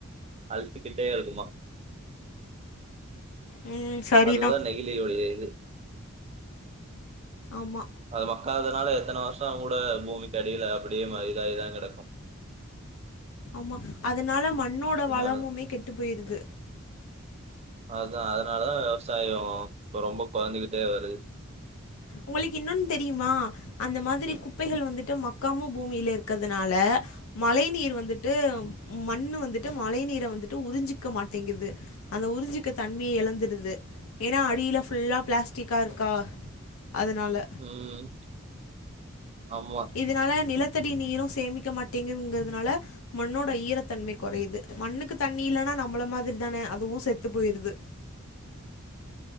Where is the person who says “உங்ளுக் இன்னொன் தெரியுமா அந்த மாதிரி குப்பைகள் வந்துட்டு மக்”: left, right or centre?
Left